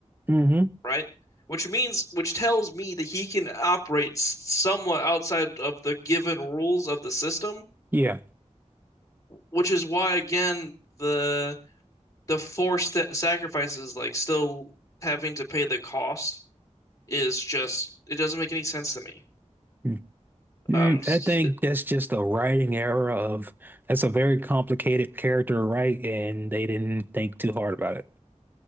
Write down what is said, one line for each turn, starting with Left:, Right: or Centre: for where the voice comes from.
Right: hmm
Left: right? Which means, which tells me that he can operate s- somewhat outside of the given rules of the system,
Right: Yeah.
Left: which is why, again, the the forced sa- sacrifices, like still having to pay the cost, is just it doesn't make any sense to me.
Right: Mm. Mm,
Left: Um, s-
Right: I think that's just a writing error of that's a very complicated character to write, and they didn't think too hard about it.